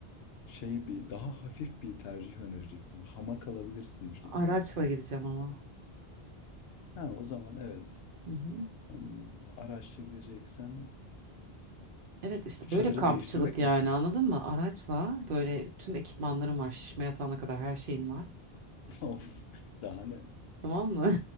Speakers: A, on the left; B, on the right.
A: şey bir daha hafif bir tercih önerecektim. Hamak alabilirsin diyecektim.
B: araçla gideceğim ama.
A: Ha o zaman evet.
B: Hı hı.
A: Hmm, araçla gideceksen
B: Evet işte
A: çadırı
B: böyle kampçılık
A: değiştirmek
B: yani
A: mi istiyorsun?
B: anladın mı? Araçla böyle tüm ekipmanlarım var şişme yatağına kadar her şeyin var.
A: <laughs> Of, Daha ne?
B: Tamam mı?